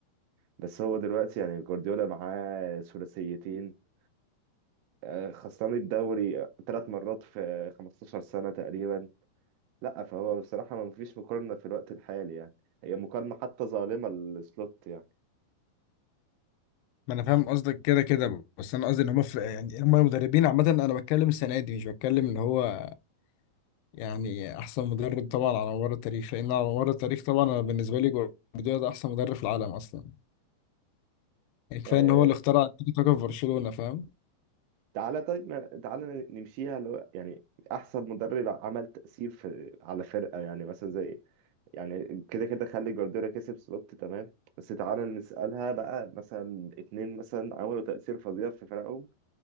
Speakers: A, on the right; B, on the left.
A: بس هو دلوقتي يعني جوارديولا معاه ثلاثيتين آه خسران الدوري ثلاث مرات في 15 سنة تقريبا لا فهو بصراحة ما فيش مقارنة في الوقت الحالي يعني هي مقارنة حتى ظالمة لسلوت يعني
B: ما انا فاهم قصدك كده كده بس انا قصدي ان هم في يعني هم المدربين عامه انا بتكلم السنه دي مش بتكلم ان هو يعني احسن مدرب طبعا على مر التاريخ لان على مر التاريخ طبعا انا بالنسبه لي جوارديولا ده احسن مدرب في العالم اصلا يعني كفايه
A: آه،
B: ان هو اللي اخترع التيكي تاكا في برشلونه فاهم
A: تعالى طيب ن- تعالى نمشيها اللي هو يعني احسن مدرب عمل تأثير في على فرقة يعني مثلا زي يعني كده كده خلي جوارديولا كسب سلوت تمام بس تعالى نسألها بقى مثلا اتنين مثلا عملوا تأثير فظيع في فرقهم